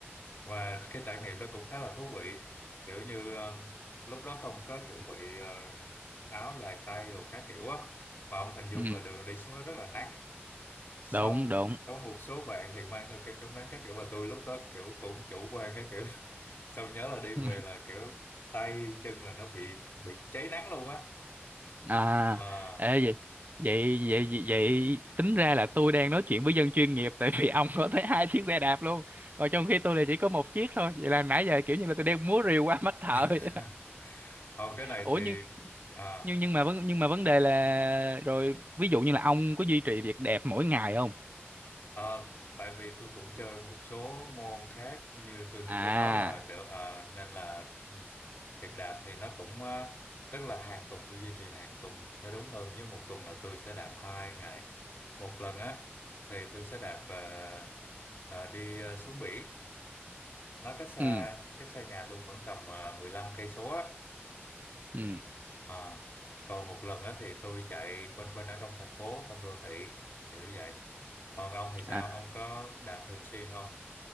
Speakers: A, on the left (about 55°); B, on the right (about 40°).
A: và cái trải nghiệm đó cũng khá là thú vị. Kiểu như ờ, lúc đó không có chuẩn bị ờ, áo dài tay đồ các kiểu á, mà ông hình dung
B: ừ,
A: là đường đi xuống đó rất là nắng. Xong
B: đúng đúng
A: có một số bạn thì mang theo kem chống nắng các kiểu và tôi lúc đó kiểu cũng chủ quan các kiểu xong nhớ là đi
B: <laughs>
A: về là kiểu tay chân là nó bị bị cháy nắng luôn á
B: À,
A: Ờ.
B: ê, vậy, vậy vậy vậy vậy tính ra là tôi đang nói chuyện với dân chuyên nghiệp tại vì ông có tới hai chiếc xe đạp luôn. Còn trong khi tôi là chỉ có một chiếc thôi. Vậy là nãy giờ kiểu như là tôi đang múa rìu qua <laughs> mắt thợ.
A: <laughs>
B: vậy đó.
A: không cái này
B: Ủa
A: thì
B: nhưng
A: à,
B: nhưng nhưng mà vấn nhưng mà vấn đề là rồi ví dụ như là ông có duy trì việc đẹp mỗi ngày không?
A: à, tại vì tôi cũng chơi một số môn khác như tôi
B: À,
A: có nói là kiểu à, nên là ừ, việc đạp thì nó cũng à, tức là hàng tuần tôi duy trì hàng tuần nó đúng hơn với một tuần là tôi sẽ đạp hai ngày một lần á thì tôi sẽ đạp à, à, đi à, xuống biển nó cách xa
B: ừ,
A: cách xa nhà tôi khoảng tầm à, mười lăm cây số
B: ừ.
A: À, còn một lần á thì tôi chạy quanh quanh ở trong thành phố, trong đô thị, kiểu vậy. Còn ông thì sao?
B: à.
A: Ông có đạp thường xuyên không?